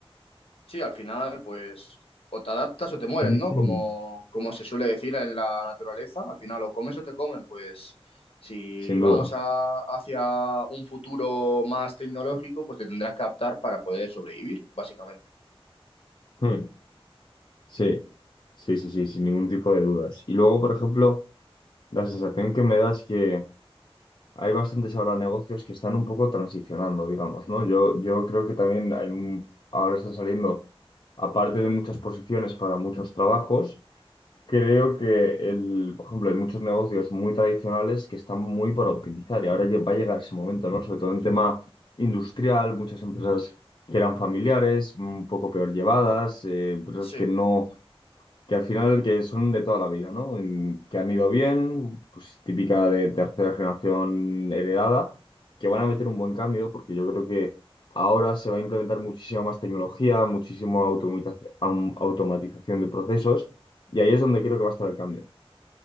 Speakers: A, on the left; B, on the left.
A: Sí, al final, pues, o te adaptas o te mueren,
B: <clears throat>
A: ¿no? Como, como se suele decir en la naturaleza, al final o comes o te comen, pues, si
B: sin
A: vamos
B: duda.
A: a- hacia un futuro más tecnológico, pues te tendrás que adaptar para poder sobrevivir, básicamente.
B: Hmm. Sí, sí, sí, sí, sin ningún tipo de dudas. Y luego, por ejemplo, la sensación que me da es que hay bastantes ahora negocios que están un poco transicionando, digamos, ¿no? Yo, yo creo que también hay, un- ahora están saliendo, aparte de muchas posiciones para muchos trabajos, creo que, el, por ejemplo, hay muchos negocios muy tradicionales que están muy por optimizar y ahora lle- va a llegar ese momento, ¿no? Sobre todo en tema industrial, muchas empresas que eran familiares, un poco peor llevadas, eh, empresas
A: Sí.
B: que no que al final que son de toda la vida, ¿no? En- que han ido bien, pues típica de tercera generación heredada, que van a meter un buen cambio, porque yo creo que ahora se va a implementar muchísima más tecnología, muchísima automatiza- am- automatización de procesos, y ahí es donde creo que va a estar el cambio.